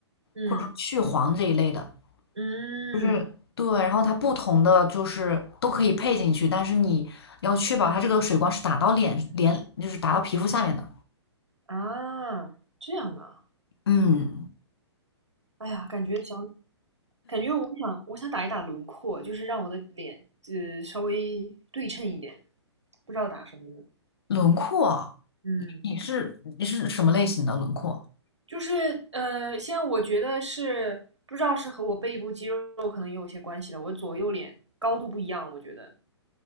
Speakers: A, on the right; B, on the left.
A: 嗯
B: 或者说去黄这一类的，
A: 嗯
B: 就是对，然后它不同的就是都可以配进去，但是你要确保它这个水光是打到脸脸，就是打到皮肤下面的，
A: 啊，这样啊，
B: 嗯，
A: 哎呀，感觉想，感觉我想我想打一打轮廓，就是让我的脸呃稍微对称一点，不知道打什么呢。
B: 轮廓。
A: 嗯。
B: 你是你是什么类型的轮廓？
A: 就是呃，现在我觉得是不知道是和我背部肌肉可能也有些关系的，我左右脸高度不一样，我觉得，